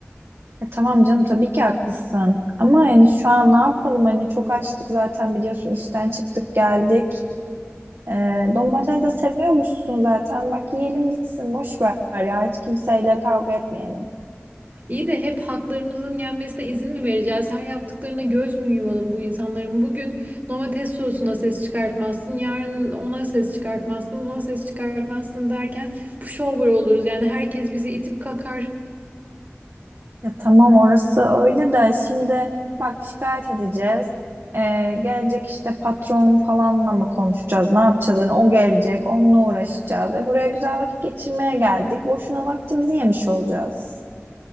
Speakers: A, on the right (about 65°); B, on the right (about 40°).
A: E tamam canım tabii ki haklısın. Ama hani şu an ne yapalım? Hani çok açtık zaten biliyorsun işten çıktık geldik. E, domates de seviyormuşsun zaten. Bak yiyelim gitsin boş ver ya hiç kimseyle kavga etmeyelim.
B: İyi de hep haklarımızın gelmesine izin mi vereceğiz? Her yaptıklarına göz mü yumalım bu insanların? Bugün domates sosuna ses çıkartmazsın, yarın ona ses çıkartmazsın, buna ses çıkartmazsın derken pushover oluruz. Yani herkes bizi itip kakar.
A: Ya tamam orası öyle de şimdi bak şikayet edeceğiz. Ee, gelecek işte patron falanla mı konuşacağız? Ne yapacağız? Hani o gelecek, onunla uğraşacağız. E buraya güzel vakit geçirmeye geldik. Boşuna vaktimizi yemiş olacağız.